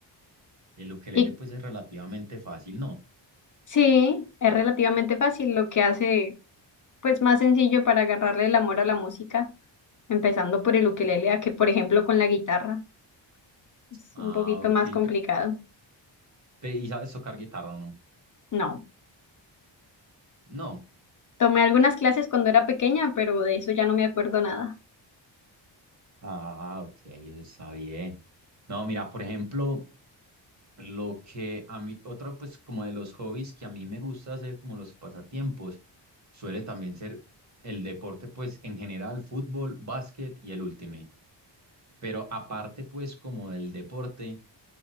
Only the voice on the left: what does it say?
Y
sí, es relativamente fácil, lo que hace pues más sencillo para agarrarle el amor a la música, empezando por el ukelele, a que por ejemplo con la guitarra. Es
un poquito
más complicado.
No.
Tomé algunas clases cuando era pequeña, pero de eso ya no me acuerdo nada.